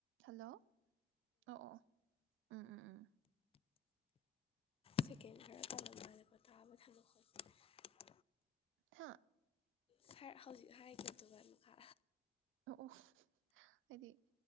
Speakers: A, on the right; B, on the left.
A: Hello ꯑꯣ ꯑꯣ ꯎꯝ ꯎꯝ ꯎꯝ
B: ꯁꯀꯦꯟ ꯈꯔ <unintelligible>
A: ꯍꯥ
B: ꯁꯥꯔ ꯍꯧꯖꯤꯛ ꯍꯥꯏꯒꯗꯨꯒꯤ ꯃꯈꯥ
A: ꯑꯣ ꯍꯥꯏꯗꯤ